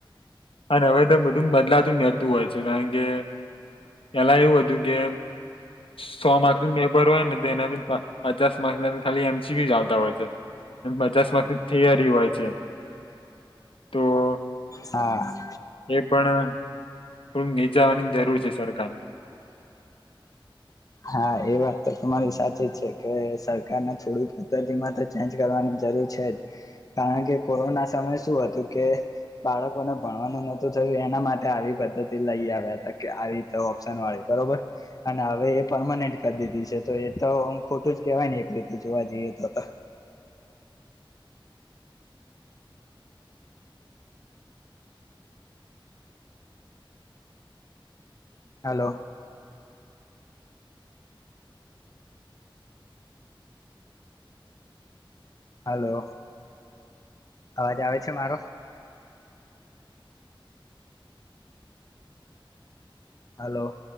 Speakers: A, on the left; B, on the left.
A: અન હવે તો બધું બદલાતું રહેતું હોય છે કારણ કે પેલા એવું હતું કે સો માર્ક નું મે ભરવાનું અને હવે પચાસ માર્સ ખાલી એમસી ક્યૂઝ જ આવતા હોય છે પચાસ માર્ક થિયરી હોય છે તો
B: હા
A: એ પણ થોડું નીચાવાની જરૂર છે સરકારને <inaudible>
B: હા એ વાત તો તમારી સાચી જ છે કે સરકારને થોડી પદ્ધતિમાં તો ચેન્જ કરવાની એ છે જ કારન કે કોરોના સમય શું હતું કે બાળકોને ભણવાનું નતું થતું એમ માટે આવી પદ્ધતિ લઈ આવ્યા હતા કે આવી તો ઓપ્શન વાળી બરોબર અને હવે પરમાનેન્ટ કરી દીધી છે તો એ તોહ ખોટું જ કેવાય ને એક રીતે જોવા જઈએ તો તો
A: <inaudible>
B: હલો હલો અવાજ આવે છે મારો હલો.